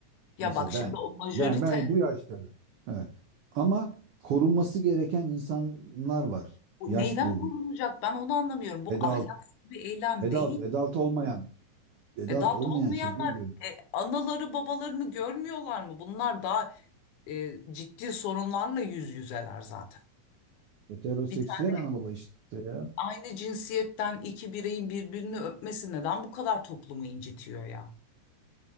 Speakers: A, on the left; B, on the right.
A: Ya
B: Mesela
A: bak şimdi
B: ben.
A: o majörite
B: Ben ben bu yaşta. Evet. Ama korunması gereken insanlar var.
A: Bu
B: Yaş
A: neyden
B: grubu.
A: korunacak? Ben onu anlamıyorum. Bu
B: Adult,
A: ahlaksız bir eylem
B: adult,
A: değil.
B: adult olmayan, adult
A: Adopt
B: olmayan
A: olmayanlar
B: şey değil diyorum.
A: e, anaları babalarını görmüyorlar mı? Bunlar daha e, ciddi sorunlarla yüz yüzeler zaten.
B: Heteroseksüel
A: Bir tane
B: ana baba işte ya.
A: aynı cinsiyetten iki bireyin birbirini öpmesi neden bu kadar toplumu incitiyor ya?